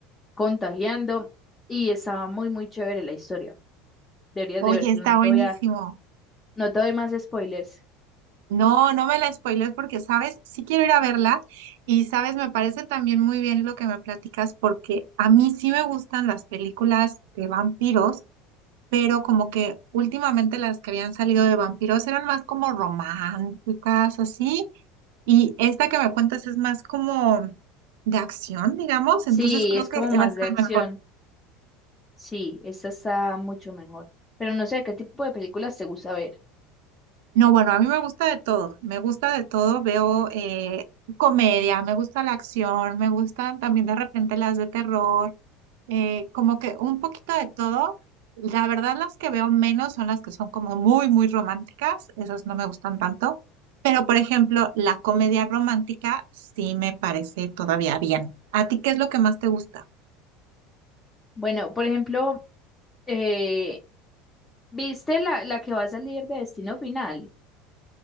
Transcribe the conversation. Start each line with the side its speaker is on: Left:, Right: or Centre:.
Left: contagiando y estaba muy muy chévere la historia. Deberías
Right: Oye,
Left: de verlo,
Right: está
Left: no
Right: buenísimo.
Left: te voy a- no te doy más spoilers.
Right: No, no me la spoiles porque, sabes, sí quiero ir a verla y, sabes, me parece también muy bien lo que me platicas porque a mí sí me gustan las películas de vampiros, pero como que últimamente las que habían salido de vampiros eran más como románticas, así, y esta que me cuentas es más como de acción, digamos, entonces
Left: Sí,
Right: creo
Left: es
Right: que
Left: como
Right: va
Left: más
Right: a estar
Left: de acción.
Right: mejor.
Left: Sí, esta está mucho mejor. Pero no sé, ¿qué tipo de películas te gusta ver?
Right: No, bueno, a mí me gusta de todo, me gusta de todo, veo eh, comedia, me gusta la acción, me gustan también de repente las de terror, eh, como que un poquito de todo. La verdad, las que veo menos son las que son como muy, muy románticas, esas no me gustan tanto, pero por ejemplo, la comedia romántica sí me parece todavía bien. ¿A ti qué es lo que más te gusta?
Left: Bueno, por ejemplo, eh, ¿viste la, la que va a salir de Destino Final?